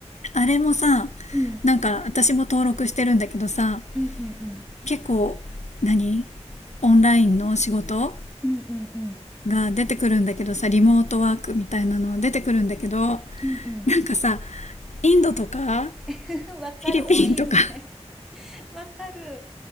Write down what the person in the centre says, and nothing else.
うん。
うんうんうん。
うんうんうん。
うんう
ん。<laughs> わかる。
多いよね。<laughs> わかる。